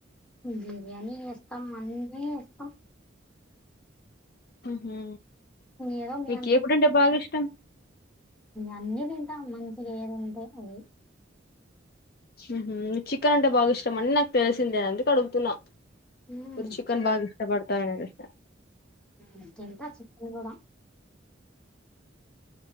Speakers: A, in the centre; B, on the left.
A: బిర్యానీ ఏస్తాం అన్నీ ఏస్తాం
B: ఊహు
A: ఏదో మీ
B: మీకు ఏ ఫుడ్ అంటే బాగా ఇష్టం
A: అన్నీ తింటాం మంచిగ ఏది ఉంటే అది
B: ఊహు నీకు చికెన్ అంటే బాగా ఇష్టమని నాకు తెలిసిందే అందుకు అడుగుతున్నా
A: ఉమ్,
B: మీరు చికన్ బాగ ఇష్టపడతారని పెట్టిన
A: మ్ తింటా చికెన్ కూడా